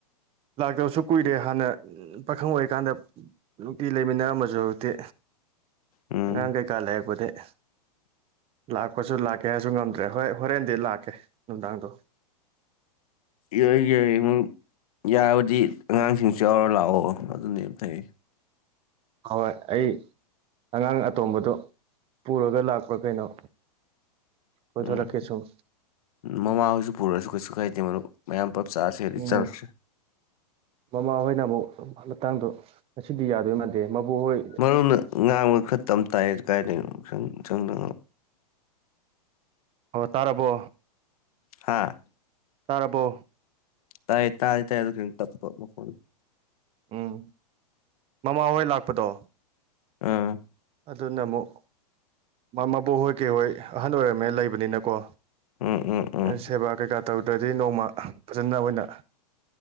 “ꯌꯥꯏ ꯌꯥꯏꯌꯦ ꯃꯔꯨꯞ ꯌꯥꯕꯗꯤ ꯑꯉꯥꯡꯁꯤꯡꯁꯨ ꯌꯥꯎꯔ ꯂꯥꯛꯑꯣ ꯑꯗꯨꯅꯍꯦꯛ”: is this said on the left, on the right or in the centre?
Left